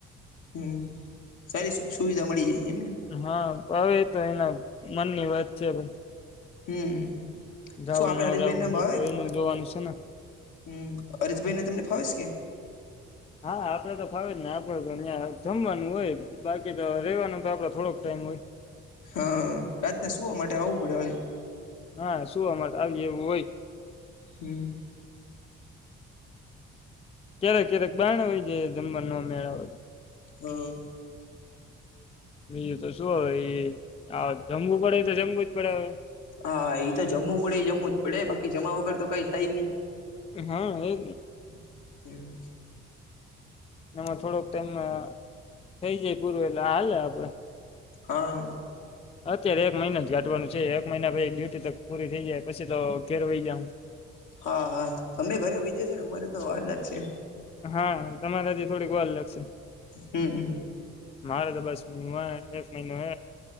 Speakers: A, on the left; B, on the left.
A: હમ સારી સુ સુવિધા મળી જાય એમને
B: હા હવે એ તો એના મનની વાત છે ભાઈ
A: હમ
B: જવું
A: શું આપડે
B: ન
A: હરેશભાઈ
B: જવું
A: ના ભાવે
B: તો
A: કે
B: એનું જોવાનું છે ને
A: હમ અરીશભાઈ ને તમને ફાવીશ કે
B: હા આપડે તો ફાવે જ ને આપડે તો અહં જમવાનું હોય જ બાકી રેવાનો તો આપડે થોડોક ટાઈમ હોય
A: હા રાતના સુવા માટે આવવું પડે હ
B: હા શું અમારે આવી એવું હોય
A: હમ
B: ક્યારેક ક્યારેક બાણ હોય જ જમવા ન મેળ તો
A: હા
B: બીજું તો શું હ જમવું પડે તો જમવું જ પડે હવે
A: હા હા એ તો જમવ પડે એ જમવું જ પડે બાકી જમાવા વગર તો કઈ થાય જ નહી
B: હા એ
A: હમ
B: એમાં થોડોક ટાઈમ થઇ જાય પૂરવે એલા હાલે આપડે
A: હા
B: અત્યારે એક મહિના જ ગાઢવાનું છે એક મહિના પછી ડ્યુટી તો પૂરી થઈ જાય પછી તો ઘેરવાઈ જું
A: હા હા તમે ઘરે વહી જશો ને અમારે તો વારદા જ છે
B: હા તમારે હજી થોડીક વાર લાગશે
A: હમ હ
B: મારે તો બસ ું એક મહિનો હ